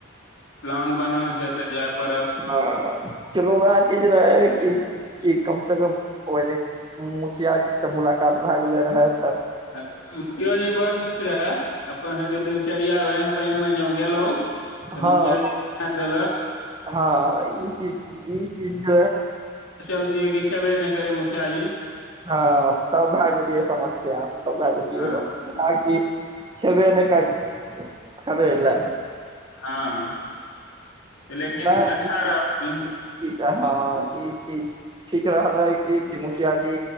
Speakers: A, on the left; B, on the right.
A: प्लान बनल छै तऽ जाय पड़त
B: ह चलू वैह चीज रहय कि कि कम से कम ओहि दिन मुखिया जी से मुलाकात भए गेलय रहय
A: आ तऽ मुखियो जी बड़ निक रहय अपन सबके दिनचर्या ओहन पानि मे जो गेलहुं तऽ
B: हँ
A: मुखियो जी शिक्षा देलक
B: हँ ई चीज ई चीज जे
A: चलतीए कि छबे नहि करय मुखिया जी
B: हँ तब भए जेतियै समस्या तब भए जेतियै
A: हँ
B: सम ई छबेने करय करयलेल
A: हँ लेकिन
B: नहि
A: अच्छा रहथिन
B: ई चीज ई चीज हँ ई चीज ठीक रहलै कि मुखिया जी